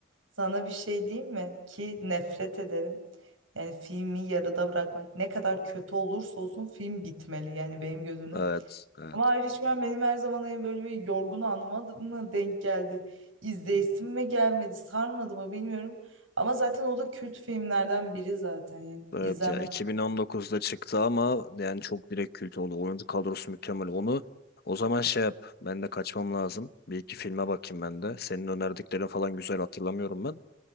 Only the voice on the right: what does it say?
sana bir şey diyeyim mi? Ki nefret ederim. Yani filmi yarıda bırakmak ne kadar kötü olursa olsun film bitmeli yani benim gözümde.
Ama Irishman benim her zaman en böyle bir yorgun anıma mı denk geldi? İzleyesim mi gelmedi? Sarmadı mı bilmiyorum. Ama zaten o da kült filmlerden biri zaten yani.
İzlenmesi.